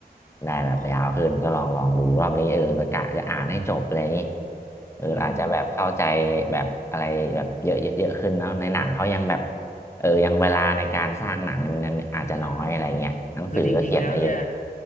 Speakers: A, on the left; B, on the left.
A: ได้แบบยาวขึ้นก็ลองลองดูรอบนี้เออประกะจะอ่านให้จบอะไรอย่างนี้
B: อ๋อ
A: เอออาจจะแบบเข้าใจ
B: อืม
A: แบบอะไรแบบเยอะเยอะเยอะขึ้นเนาะในหนังเขายังแบบเออยังเวลาในการสร้างหนังเนี่ยมันอาจจะน้อยอะไรเงี้ยหนังสือก็เขียนได้เยอะ
B: ใช่ใช่คือจริงๆแล้วเนี่ย